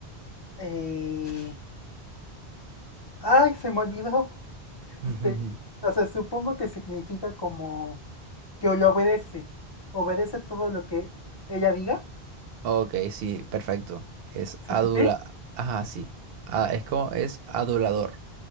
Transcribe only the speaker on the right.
<laughs>
Ok, sí, perfecto. Es
adula...
Ajá, sí. Ah, es como, es adulador,